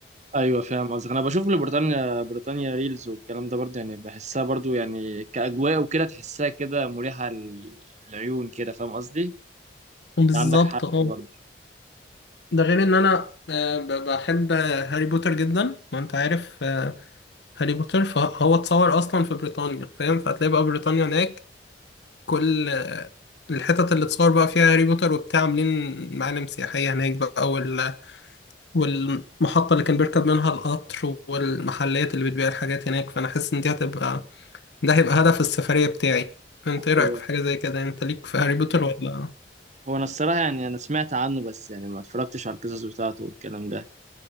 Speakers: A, on the right; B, on the left.
A: أيوة فاهم قصدك أنا بشوف لبريطانيا بريطانيا ريلز والكلام ده برضه يعني بحسها برضه يعني كأجواء وكده تحسها كده مريحة للعيون كده فاهم قصدي؟
B: بالظبط
A: أنت عندك حق
B: اه
A: برضه
B: ده غير ان انا آه، ب- بحب هاري بوتر جدا ما انت عارف آه، هاري بوتر فهو اتصور اصلا في بريطانيا فاهم فهتلاقي بقى بريطانيا هناك كل آه، الحتت اللي اتصور بقى فيها هاري بوتر وبتاع عاملين معالم سياحية هناك بقى وال... والمحطة اللي كان بيركب منها القطر والمحلات اللي بتبيع الحاجات هناك فانا حاسس ان دي هتبقى ده هيبقى هدف السفرية بتاعي انت ايه رأيك
A: هو
B: في حاجة زي كده انت ليك في هاري بوتر ولا
A: هو أنا الصراحة يعني أنا سمعت عنه بس يعني ما اتفرجتش على القصص بتاعته والكلام ده